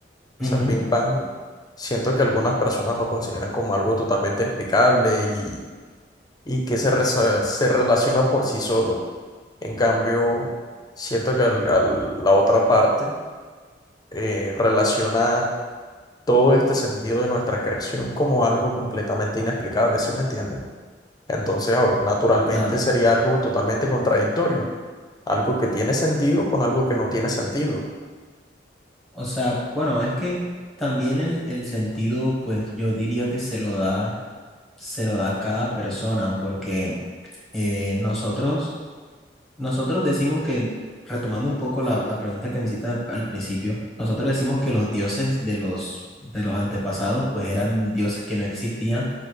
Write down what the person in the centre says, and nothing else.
ujú,
Claro.
O sea, bueno, es que también el, el sentido, pues yo diría que se lo da, se lo da cada persona, porque eh, nosotros Nosotros decimos que, retomando un poco la, la pregunta que me hiciste al al principio, nosotros decimos que los dioses de los, de los antepasados pues eran dioses que no existían